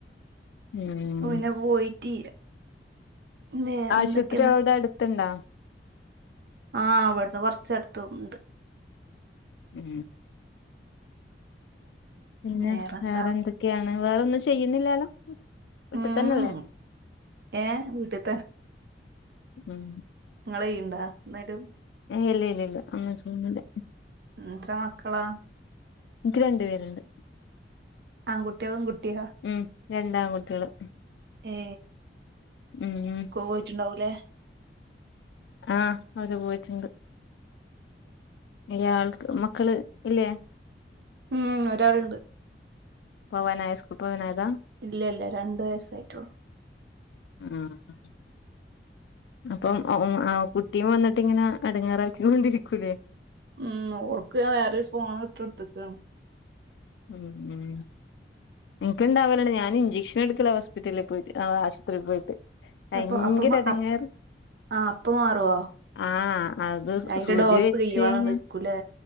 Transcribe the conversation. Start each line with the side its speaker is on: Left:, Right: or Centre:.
Left: ഉം
Right: ഓ പിന്നെ പോയിട്ട് വേറെന്തൊക്കെ
Left: ആശുഅത്രി അവിടെ അടുത്ണ്ടോ.
Right: ആഹ് അവിടുന്ന് കൊറച്ചട്ത്ത്ണ്ട്.
Left: ഉ പിന്നെ
Right: വേറെന്താ
Left: വേറെന്ത്. ക്കെണവേറൊന്നും ചെയ്യുന്നില്ലാലോ. വിട്ടിതന്നല്ലേ
Right: ഉം ഏ വീട്ടിൽ
Left: ഉം
Right: നിങ്ങള്യണ്ടാന്നാരു.
Left: ഇല്ല ഇല്ല ഇല്ല ഒന്നും ചെയ്യുന്നില്ല.
Right: എത്രമക്കളാ
Left: ഇൻക്ക് രണ്ടു പേരുണ്ട്
Right: ആങ്കുട്ട്യ പെങ്കുട്ട്യ
Left: ഉം രണ്ടാആൺകുട്ടിയേള്
Right: ഏ
Left: ഉം
Right: സ്കോൾ പോയ്ട്ടുണ്ടാവുലേ.
Left: ആഹ് അവര് പോയിട്ടുണ്ട്. വല്യാൾക്ക് മക്കള് ഇല്ലേ?
Right: ഉം ഒരാളുണ്ട്.
Left: പോവാനായോ സ്കൂപോവനായതാ.
Right: ഇല്ല ഇല്ല രണ്ട് വയസ്സായിട്ടുള്ളു
Left: ഉം. അപ്പം ആ കുട്ടിയും വന്നിട്ട് ഇങ്ങനെ എടങ്ങാറാക്കികൊണ്ടിരിക്കൂല്ലേ.
Right: ഉം ഓൾക്ക് ഞാൻ വേറൊരു ഫോണ് ഇട്ടൊടുത്തക്കാണ്.
Left: ഉം ഉം നിക്ക്ണ്ടാവലിണ്ട് ഞാനിജക്ഷൻ എടുക്കല ഹോസ്പിറ്റലിൽ പോയിട്ട് ആഹ് ആശുപത്രി പോയിട്ട് ഭയങ്കരടങ്ങാറ്.
Right: അപ്പൊ അപ്പ ആ അപ്പ മാറുവോ
Left: ആഹ് അത്
Right: അതിന്റെ
Left: സൂചി
Right: ഡോസ്
Left: വെച്ച്
Right: കയ്യോളം
Left: കയിഞ്ഞാ.
Right: നിക്കൂലേ